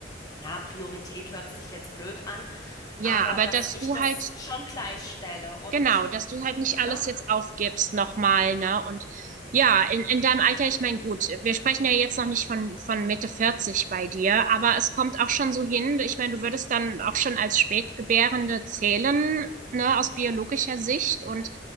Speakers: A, on the left; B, on the right.
A: ja, Priorität hört sich jetzt blöd an
B: ja,
A: aber
B: aber
A: dass
B: dass
A: ich
B: du
A: das
B: halt
A: schon gleichstelle und,
B: Genau, dass du halt nicht
A: ne?
B: alles jetzt aufgibst nochmal, ne? Und ja, in, in deinem Alter, ich meine, gut, wir sprechen ja jetzt noch nicht von, von Mitte 40 bei dir, aber es kommt auch schon so hin, ich meine, du würdest dann auch schon als Spätgebärende zählen, ne, aus biologischer Sicht und